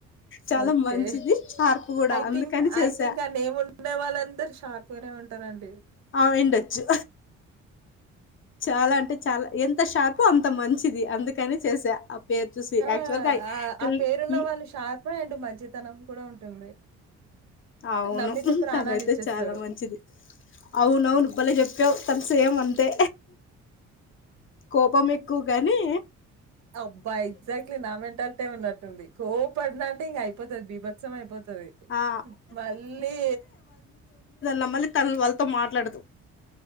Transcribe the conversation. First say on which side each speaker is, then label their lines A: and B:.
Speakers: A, on the left (about 40°); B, on the right (about 65°).
A: చాలా
B: ఓకే
A: మంచిది షార్ప్ కూడా
B: ఐ
A: అందుకని
B: థింక్
A: చేసా
B: ఐ థింక్ అండి నేమ్ ఉండే వాళ్ళందరు షార్ కోరే ఉంటారాన్
A: అవిండచ్చు చాలా అంటే చాలా ఎంత షార్పొ అంత మంచిది అందుకని చేసా. పేరు చూసి
B: ఆ
A: యాక్చువల్గా
B: ఆ
A: కిల్
B: ఆ పేరున్న
A: ఈ
B: వాళ్ళు షార్ప్ అండ్ మంచితనం కూడా ఉంటుంది.
A: అవును
B: నమ్మితే ప్రాణాలిచ్చేస్తారు.
A: తనైతే చాలా మంచిది అవునవును బలే చెప్పావ్ తన సేమ్ అంతే కోపం ఎక్కువగాని
B: అబ్బా ఎగ్జాక్ట్లీ నా మెంటాలిటీయే ఉన్నటే ఉంది కో పడిన అంటే ఇంక అయిపోతుది బీభత్సం అయిపోతుది
A: ఆ
B: మళ్ళీ
A: నమ్మలి తన వాళ్ళతో మాట్లాడదు